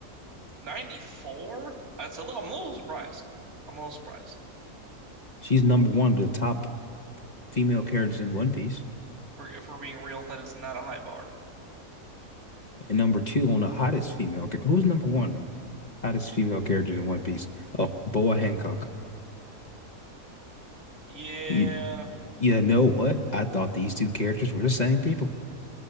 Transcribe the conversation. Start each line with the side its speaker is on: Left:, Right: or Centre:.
Right: 94? That's a little, I'm a little surprised. I'm a little surprised.
Left: She's number one of the top female characters in One Piece,
Right: For if we're being real, that is not a high bar.
Left: and number two on the hottest female. Who's number one hottest female characters in One Piece? Oh, Boa Hancock.
Right: Yeah.
Left: You, you know what? I thought these two characters were the same people.